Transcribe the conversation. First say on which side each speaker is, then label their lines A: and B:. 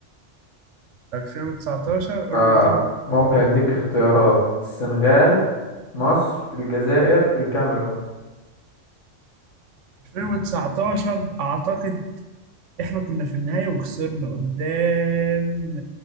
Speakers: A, on the right (about 75°); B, on the left (about 70°).
A: 2019 قول
B: آه
A: لي طب
B: ممكن
A: الاختيارات.
B: أديك اختيارات السنغال مصر الجزائر الكاميرون
A: 2019 اعتقد احنا كنا في النهاية وخسرنا قدام